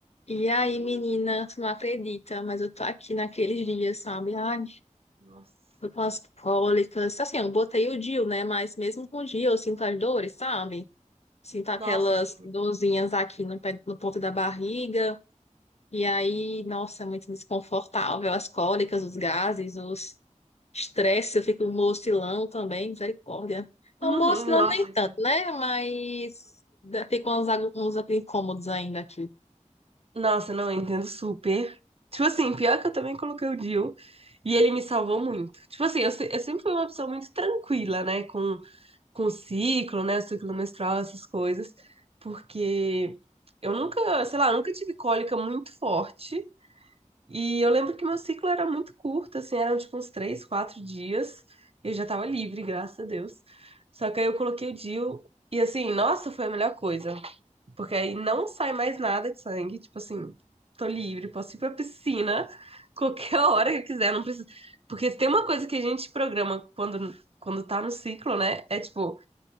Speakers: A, on the left; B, on the right.
A: E aí,
B: Eu não-
A: menina, tu não acredita, mas eu tô aqui naqueles dias, sabe? Ai,
B: Nossa.
A: tô com as cólicas. Assim, eu botei o DIU, né? Mas mesmo com o DIU, eu sinto as dores, sabe? Sinto aquelas
B: Nossa, sim.
A: dorzinhas aqui no, pé- no ponto da barriga. E aí, nossa, é muito desconfortável. As cólicas, os gases, os estresse, eu fico mocilão também, misericórdia. Não,
B: Uhum,
A: mocilão
B: nossa,
A: nem
B: entendo.
A: tanto, né? Mas fica uns, agu- uns incômodos ainda aqui.
B: nossa, não, eu entendo super. Tipo assim, pior que eu também coloquei o Dio e ele me salvou muito. Tipo assim, eu, se- eu sempre fui uma pessoa muito tranquila, né, com, com o ciclo, né, ciclo menstrual, essas coisas, porque eu nunca, sei lá, nunca tive cólica muito forte. E eu lembro que meu ciclo era muito curto, assim, eram tipo uns três, quatro dias. Eu já tava livre, graças a Deus. Só que aí eu coloquei o DIU e assim, nossa, foi a melhor coisa. Porque aí não sai mais nada de sangue, tipo assim, tô livre, posso ir pra piscina qualquer <laughs> hora que eu quiser, não precisa. Porque se tem uma coisa que a gente programa quando, quando tá no ciclo, né? É tipo,